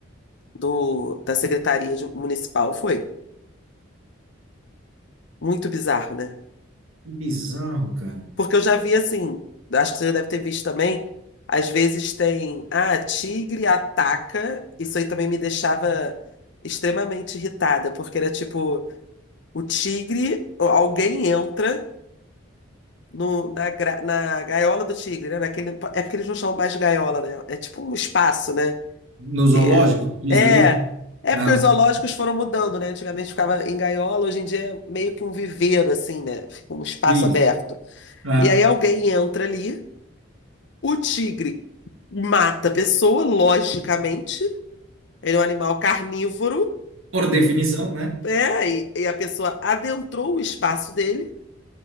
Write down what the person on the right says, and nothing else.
que bizarro, cara.
No
zoológico, tu diz
ali?
Não.
Isso.
Ah,
por
definição, né?